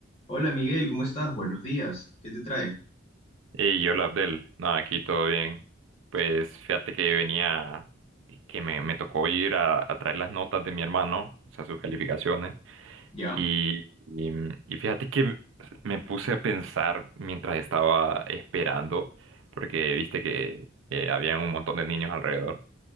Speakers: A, on the left (about 35°); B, on the right (about 80°).
A: Hola Miguel, ¿cómo estás? Buenos días. ¿Qué te trae?
B: Y yo, Abdel, nada, aquí todo bien. Pues fíjate que venía, que me, me tocó ir a, a traer las notas de mi hermano, o sea, sus calificaciones.
A: Ya,
B: Y, y, y fíjate que me puse a pensar mientras estaba esperando, porque viste que eh, habían un montón de niños alrededor.